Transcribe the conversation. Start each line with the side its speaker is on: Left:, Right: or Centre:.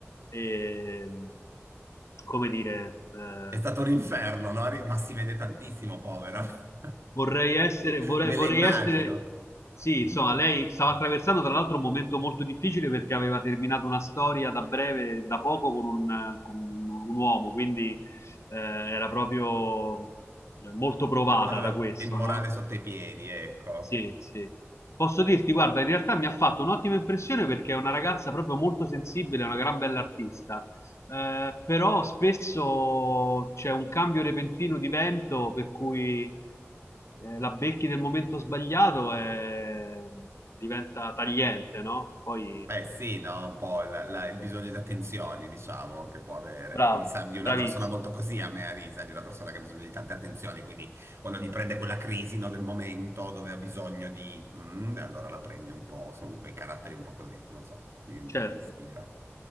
Left: e, come dire, eh,
Right: È stato un inferno, no? Ri- Ma si vede tantissimo, povera. <laughs>
Left: vorrei essere, vorrei,
Right: Me
Left: vorrei
Right: la immagino.
Left: essere, sì, insomma, lei stava attraversando tra l'altro un momento molto difficile perché aveva terminato una storia da breve, da poco, con un, con un- un uomo, quindi eh, era proprio eh, molto provata
Right: Aveva
Left: da questo,
Right: il morale
Left: no?
Right: sotto i piedi, ecco.
Left: Sì, sì. Posso dirti, guarda, in realtà mi ha fatto un'ottima impressione perché è una ragazza proprio molto sensibile, è una gran bella artista, Eh, però spesso c'è un cambio repentino di vento per cui eh, la becchi nel momento sbagliato e diventa tagliente, no? Poi
Right: Beh sì, no, un po' la- la- il bisogno di attenzioni, diciamo, che può avere.
Left: bravo,
Right: Mi sa di una
Left: bravissimo,
Right: persona molto così a me a risa, di una persona che ha bisogno di tante attenzioni, quindi quando gli prende quella crisi, no, del momento dove ha bisogno di... mm, allora la prendi un po', sono quei caratteri un po' così, non so, mi, mi
Left: certo.
Right: ispira.